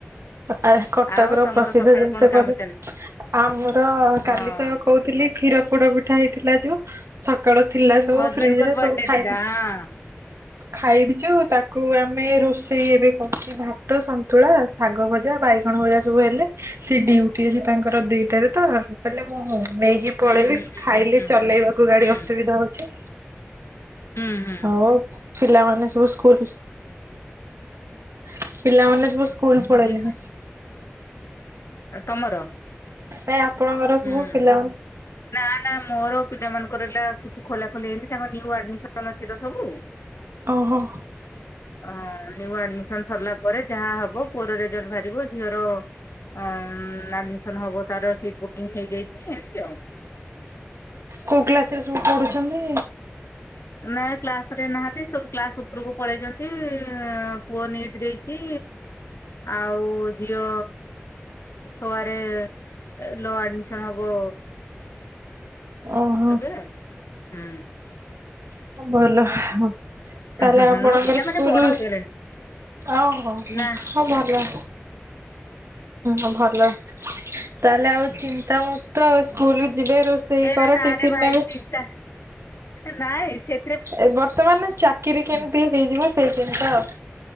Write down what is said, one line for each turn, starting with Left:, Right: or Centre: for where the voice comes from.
Right: ଆ କଟକର
Left: ଆଉ ତମର
Right: ପ୍ରସିଦ୍ଧ
Left: ସକାଳେ
Right: ଜିନିଷ
Left: କଣ
Right: କରେ
Left: କାମ ଚାଲିଛି
Right: ଆମର
Left: ହଁ
Right: କାଲିତ କୋଉ କାଲି କ୍ଷୀର ପୋଡ ପିଠା ହେଇଥିଲା ଯୋଉ ସକାଳୁ ଥିଲାସବୁ
Left: ହଜବେଣ୍ଡଙ୍କର
Right: ଫ୍ରିଜରେ
Left: ବର୍ଥଡେ
Right: ସବୁ ଖାଇଦେଇଛି।
Left: ଥିଲା ହଁ।
Right: ଖାଇଦେଇଛୁ ତାକୁ ଆମେ ରୋଷେଇ ଏବେ କରୁଛୁ ଭାତ ସନ୍ତୁଳା ଶାଗ ଭଜା ବାଇଗଣ ବାଇଗଣ ଭଜା ସବୁ ହେଲେ ସେ ଡିଉଟି ଅଛି ତାଙ୍କର ଦିଟାରେତ କହିଲେ ମୁଁ ନେଇକି ପଳେଇବେ
Left: ହୁଁ ହୁଁ
Right: ଖାଇଲେ
Left: ହୁଁ ହୁଁ
Right: ଚଲେଇବାକୁ ଗାଡି
Left: ହୁଁ
Right: ଅସୁବିଧା ହଉଛି
Left: ହୁଁ ହୁଁ
Right: ହଉ ପିଲାମାନେ ସବୁ ସ୍କୁଲ ପିଲାମାନେ ସବୁସ୍କୁଲ ସ୍କୁଲ ପଳେଇଲେଣି
Left: ହୁଁ ତମର
Right: ନାଇ ଆପଣଙ୍କର
Left: ହୁଁ।
Right: ସବୁ ପିଲାମାନେ
Left: ନା ନା ମୋର ପିଲାମାନଙ୍କର ହେଲା କିଛି ଖୋଲା ଖୋଲି ହେଇନି ତାଙ୍କ ନିଉ ଆଡମିସନ ଅଛିତ ସବୁ।
Right: ଓହୋ
Left: ଆ ନିଉ ଆଡମିସନ ସରିଲା ପରେ ଯାହାହବ ପୁଅର ରେଜଲଟ ବାହାରିବ ଝିଅର ଆଡମିସନ ହବ ତାର ସିଟ ବୁକିଂ ହେଇଯାଇଛି। ଆଉ
Right: କୋଉ କ୍ଲାସରେ ସବୁ ପଢ଼ୁଛନ୍ତି?
Left: ନାଇଁ କ୍ଲାସରେ ନାହାନ୍ତି ସବୁ କ୍ଲାସ ଉପରକୁ ପଳେଇଛନ୍ତି ପୁଅ ନିଟ ଦେଇଛି ଆଉ ଝିଅ ଶୋଆରେ ଲ ଆଡମିସନ ହବ।
Right: ଓହୋ
Left: ଏବେ ହୁଁ
Right: ଭଲ। ତାହେଲେ
Left: ହୁଁ ହୁଁ
Right: ଆପଣଙ୍କର
Left: ମୋ ପିଲାମାନେ
Right: ସ୍କୁଲ।
Left: ବଡ ହେଇଗଲେଣି
Right: ଓହୋ ହ
Left: ନା
Right: ହଁ ଭଲ ହ ଭଲ ତାହେଲେ ଆଉ ଚିନ୍ତାମୁକ୍ତ ଆଉ ସ୍କୁଲ ଯିବେ ରୋଷେଇ
Left: ଏଇଟା
Right: କର ଟିଫିନ
Left: ନାଁରେ ଭାଇ
Right: ନେବେ
Left: ଚିନ୍ତା ନାଇଁ ସେ
Right: ଏ ବର୍ତ୍ତମାନ ଚାକିରି କେମିତି ହେଇଯିବ ସେଇ ଚିନ୍ତା ଆଉ